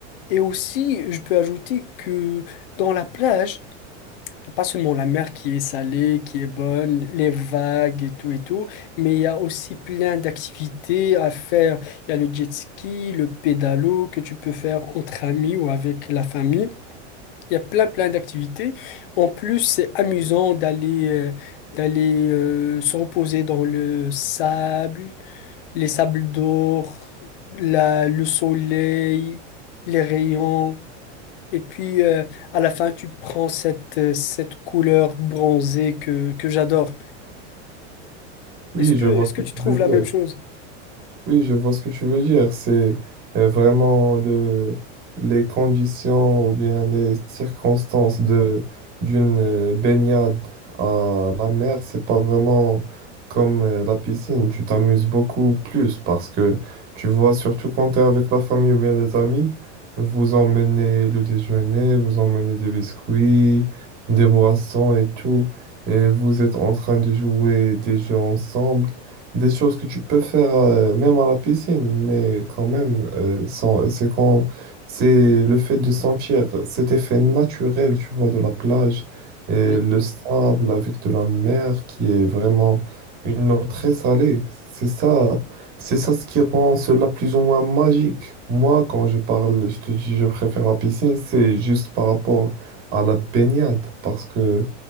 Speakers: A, on the left; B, on the right.
A: Et aussi, je peux ajouter que dans la plage, pas seulement la mer qui est salée, qui est bonne, les vagues et tout et tout, mais il y a aussi plein d'activités à faire. Il y a le jet ski, le pédalo que tu peux faire entre amis ou avec la famille. Il y a plein plein d'activités. En plus, c'est amusant d'aller euh, d'aller euh, se reposer dans le sable, les sables d'or, la- le soleil, les rayons. Et puis euh, à la fin, tu prends cette, euh, cette couleur bronzée que, que j'adore.
B: Oui,
A: Est-ce que,
B: je vois
A: est-ce
B: ce
A: que tu
B: que tu
A: trouves
B: veux
A: la même
B: dire.
A: chose?
B: Oui, je vois ce que tu veux dire. C'est euh, vraiment le, les conditions ou bien les circonstances de d'une euh, baignade à la mer, c'est pas vraiment comme euh, la piscine. Tu t'amuses beaucoup plus parce que tu vois, surtout quand tu es avec la famille ou bien les amis, vous emmenez le déjeuner, vous emmenez des biscuits, des boissons et tout, et vous êtes en train de jouer des jeux ensemble des choses que tu peux faire euh, même à la piscine, mais quand même, euh, sans- c'est quand c'est le fait de sentir cet effet naturel, tu vois, de la plage et
A: Oui.
B: le sable avec de la mer qui est vraiment une eau très salée. C'est ça, c'est ça ce qui rend cela plus ou moins magique. Moi, quand je parle, je te dis, je préfère la piscine, c'est juste par rapport à la baignade, parce que